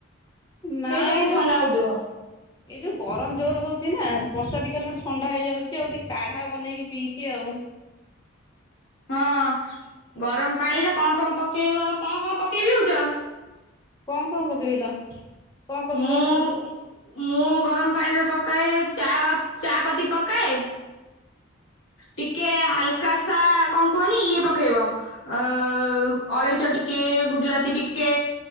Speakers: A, on the left (about 20°); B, on the left (about 70°).
A: ନା
B: ସେଇ ଯୋଗୁ
A: ଏଇ ଯୋଉ
B: ଥଣ୍ଡା ହଉଥିବ।
A: ଏଇ ଯୋଉ ଗରମ ଜୋର ହଉଛି ନା ବର୍ଷା ଟିକେ ହେଲା ଥଣ୍ଡା ହେଇଯାଉଛି ଆଉ ଟିକେ କାଢା ବନେଇକି ପିଇଛି ଆଉ।
B: ହଁ ଗରମ ପାଣିରେ କନ କନ ପକେଇବ କନ କନ ପକେଇ ପିଉଚ?
A: କନ କନ ପକେଇଲ? କଣ କଣ
B: ମୁଁ
A: ପକେଇଛ କଣ
B: ମୁଁ ଗରମ ପାଣିରେ ପକାଏ ଚା ଚାପତି ପକାଏ ଟିକେ ହାଲକା ସା କନ କୁହନି ଇଏ ପକେଇବ ଅ ଅଳେଇଚ ଟିକେ, ଗୁଜୁରାତି ଟିକେ